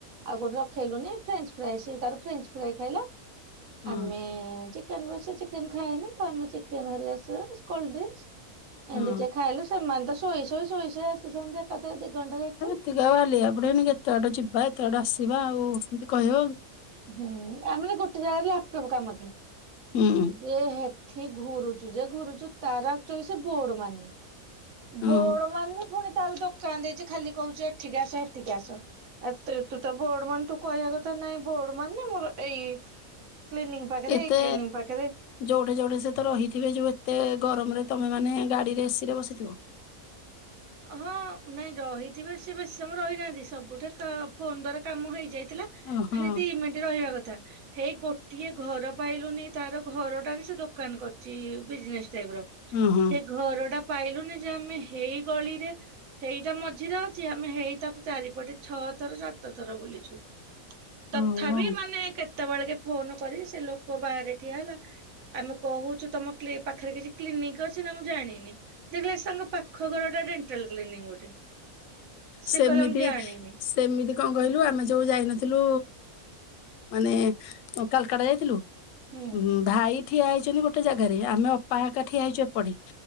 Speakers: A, on the right; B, on the left.
A: ଆଉ କୋଉଠି ରଖେଇଲୁନି ଫ୍ରେଞ୍ଚ୍ ଫ୍ରାଏ ସେ ତାର ଫ୍ରେଞ୍ଚ୍ ଫ୍ରାଏ ଖାଇଲା
B: ହଁ
A: ଆମେ ଚିକେନ ବେଶି ଚିକେନ ଖାଏନି ତ ଆମେ ଚିକେନ ହେରିକା ସବୁ କୋଲଡିଙ୍ଗିସ୍ ଏମିତି
B: ହଁ।
A: ଯେ ଖାଇଲୁ ସେମାନେ ତ ଶୋଇ ଶୋଇ ଶୋଇ ଆସିଛନ୍ତି ଏକାଥରେ ଦି ଘଣ୍ଟାରେ ଏଠି
B: ଟିକେ ଆଉ ହାଲିଆ ହେଇ ପଡିବନି କେତେ ବାଟ ଯିବା ଏତେ ବାଟ ଆସିବା ଆଉ ଏମିତି କହିବ ଆଉ
A: ହୁଁ ଆମର ଗୋଟେ ଜାଗାରେ ଲାପଟପ୍ କାମ ଥିଲା
B: ହୁଁ।
A: ଯେ ହେଠି ଘୁରୁଛୁ ଯେ ଘୁରୁଛୁ ତାର ଆକଚୁଲି ସେ ବୋର୍ଡ ମାରିନି
B: ହଁ।
A: ବୋର୍ଡ ମାରିନି ପୁଣି ତାହାଲେ ଦୋକାନ ଦେଇଛି ଖାଲି କହୁଛି ଏଠିକି ଆସ ସେଠିକି ଆସ। ଏ ତୁ ତୁ ତ ବୋର୍ଡ ମାରିନି ତୁ କହିବା କଥା ନାଇଁ ମୁଁ ବୋର୍ଡ ମାରିନି ମୋର ଏଇ କ୍ଲିନିକ୍ ପାଖରେ
B: ଏତେ
A: ଏଇ କ୍ଲିନିକ୍ ପାଖରେ
B: ଯୋଉଠେ ଯୋଉଠେ ସେତ ରହିଥିବେ ଯୋଉ ଏତେ ଗରମରେ ତମେ ମାନେ ଗାଡିରେ ଏସିି ରେ ବସିଥିବ
A: ହଁ ନାଇଁ ରହିଥିବେ ସେ ବେଶୀ ସମୟ ରହି ନାହାଁନ୍ତି ସବୁଠେ ଫୋନ୍ ଦ୍ଵାରା କାମ ହେଇଯାଇଥିଲା
B: ଓହୋ।
A: ଦି ମିନିଟ୍ ରହିବା କଥା ହେଇ ଗୋଟିଏ ଘର ପାଇଲୁନି ତାର ଘରଟାରେ ସେ ଦୋକାନ କରିଛି ବିଜନେସ୍ ଟାଇପ୍ ର
B: ହଁ ହଁ।
A: ସେ ଘର ଟା ପାଇଲୁନି ଯେ ଆମେ ହେଇ ଗଳିରେ ହେଇଟା ମଝିରେ ଅଛି ଆମେ ହେଇଟା ତାକୁ ଚାରିପଟେ ଛଅ ଥର ସାତ ଥର ବୁଲିଛୁ
B: ଓହୋ
A: ତଥାପି ମାନେ କେତେବେଳେ କେ ଫୋନ୍ କରି ସେ ଲୋକ ବାହାରେ ଠିଆ ହେଲା ଆମେ କହୁଛୁ ତମ <inaudible> ପାଖରେ କିଛି କ୍ଲିନିକ୍ ଅଛି ନା ମୁଁ ଜାଣିନି ଦେଖିଲା ତାଙ୍କ ପାଖ ଘରଟା ଗୋଟେ ଡେଣ୍ଟାଲ କ୍ଲିନିକ ଗୋଟେ ସେ
B: ସେମିତି
A: କହିଲା ମୁଁ ଜାଣିନି।
B: ସେମିତି କଣ କହିଲୁ ଆମେ ଯୋଉ ଯାଇନଥିଲୁ ମାନେ ଆ କାଲ୍କାଡା ଯାଇଥିଲୁ
A: ହୁ।
B: ହୁଁ ଭାଇ ଠିଆ ହେଇଛନ୍ତି ଗୋଟେ ଜାଗାରେ ଆମେ ଅପାହାକା ଠିଆ ହେଇଛୁ ଏପଟେ